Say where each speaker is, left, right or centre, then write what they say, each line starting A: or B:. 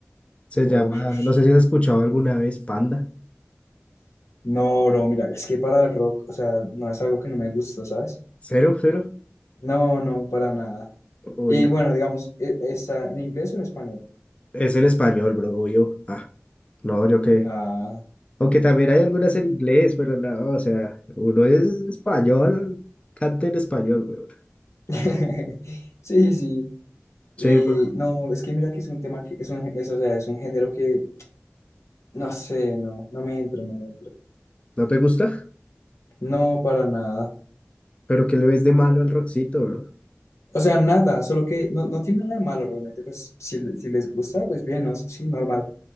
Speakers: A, on the left; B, on the left.
A: Se llama,
B: Ush.
A: no sé si has escuchado alguna vez Panda.
B: No, bro, mira, es que para el rock, o sea, no es algo que no me gusta, ¿sabes?
A: Cero, cero.
B: No, no, para nada.
A: Uy,
B: Y
A: no.
B: bueno, digamos, e- ¿está en inglés o en español?
A: Es en español, bro. Yo, ah, no, yo que.
B: Ah,
A: Aunque también hay algunas en inglés, pero no, o sea, uno es español, canta en español, weón.
B: <laughs> sí, sí.
A: Sí,
B: Y
A: bro.
B: no, es que mira que es un tema que es un, es, o sea, es un género que no sé, no, no me entro, no me entro.
A: ¿No te gusta?
B: No, para nada.
A: Pero ¿qué le ves de malo al Roxito, bro?
B: O sea, nada, solo que no, no tiene nada de malo realmente, pues si, le- si les gusta, pues bien, no, sí, normal.